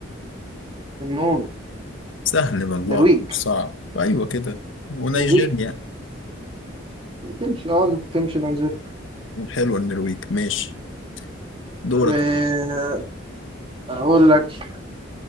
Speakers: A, on the right; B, on the left.
A: النون
B: سهل والله
A: نرويج
B: مش صعب ايوه كده ونيجيريا
A: نرويج تمشي اه تمشي نيجيريا
B: حلوه النرويج ماشي دورك
A: آه، أقول لك